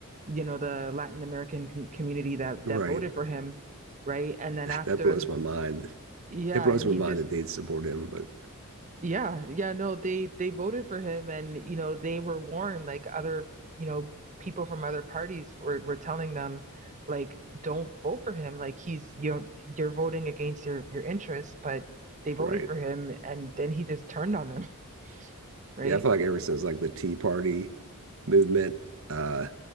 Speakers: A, on the right; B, on the right.
A: you know the Latin American com- community that
B: right.
A: that voted for him, right? And then
B: That
A: after,
B: that blows my mind.
A: yeah,
B: It blows
A: and
B: my
A: he
B: mind
A: just
B: that they'd support him, but
A: yeah yeah no they they voted for him, and you know they were warned like other you know people from other parties were were telling them like don't vote for him like he's you know, you're voting against your your interests, but they voted
B: right.
A: for him, and then he just turned on them, <laughs> right?
B: Yeah, I feel like ever since like the Tea Party movement, uh,